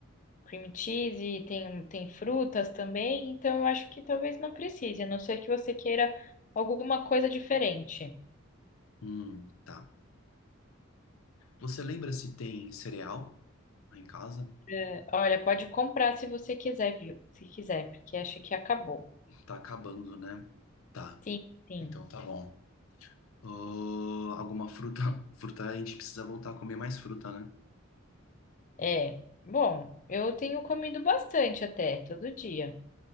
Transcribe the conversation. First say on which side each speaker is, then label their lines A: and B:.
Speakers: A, on the left; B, on the left.
A: cream cheese, tem, tem frutas também, então eu acho que talvez não precise, a não ser que você queira alguma coisa diferente.
B: Hum, tá. Você lembra se tem cereal lá em casa?
A: É, olha, pode comprar se você quiser, viu? Se quiser, porque acho que acabou.
B: Tá acabando, né? Tá.
A: Sim, sim.
B: Então tá bom. Ahn, alguma fruta? <laughs> Fruta a gente precisa voltar a comer mais fruta, né?
A: É. Bom, eu tenho comido bastante até, todo dia.